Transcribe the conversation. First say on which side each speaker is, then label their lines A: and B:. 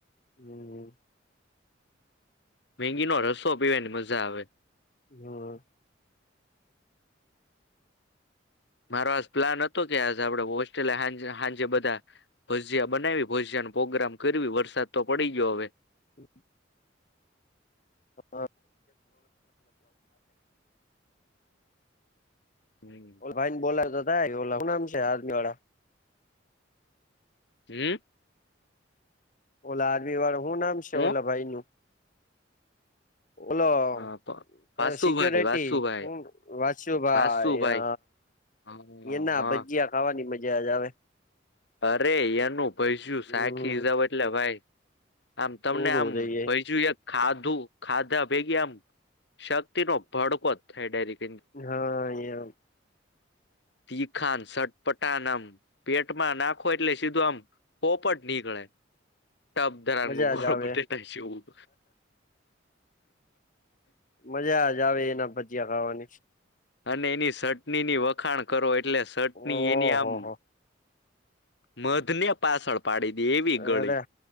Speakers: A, on the left; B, on the left.
A: હમ.
B: મેંગીનો રસ્સો પીવાની મઝા આવે.
A: હ અ.
B: મારો આજ પ્લાન હતો કે આ જે આપડે હોસ્ટેલે હાંજે હાંજે બધા ભજીયા બનાવી, ભજીયાનો પ્રોગ્રામ કરવી વરસાદ તો પડ પડી ગ્યો હવે.
A: <inaudible> <unintelligible>
B: હમ
A: ઓલ ભાઈન બોલાય તો થાય ઓલા હુ નામ છે આર્મીવાળા
B: હમ્મ.
A: ઓલા, આર્મીવાળા હુ નામ શે
B: હું
A: ઓલા ભાઈનું? ઓલો,
B: અ, પ-
A: કયો
B: વાસુભાઈ
A: સિક્યોરિટી
B: વાસુભાઈ
A: વાંછુંભાઈ
B: વાસુભાઈ
A: અ
B: હા
A: એના
B: હા
A: ભજીયા ખાવાની મજા જ આવે.
B: અરે, એનું ભજિયું
A: હમ
B: ચાખી જાવ એટલે ભાઈ. આમ તમને
A: પૂરું
B: આમ
A: થઈ
B: ભઈજુ યાદ ખાધું, ખાધા ભેગી આમ શક્તિનો ભડકો થાય ડાયરેક્ટ.
A: હ ય
B: તીખાન-સટપટાન આમ પેટમાં નાખો એટલે સીધું આમ પોપટ નીકળે તપ ધરાગું
A: મજા
B: ગોળ
A: જ આવે
B: બટેટા જેવુ. <inaudible>
A: મજા જ આવે એના ભજીયા ખાવાની.
B: અને એની સટણીની વખાણ કરો એટલે સટની
A: ઓહો
B: એની આમ
A: હો
B: મધને પાછળ પાડી દે એવી
A: અરે
B: ગળી.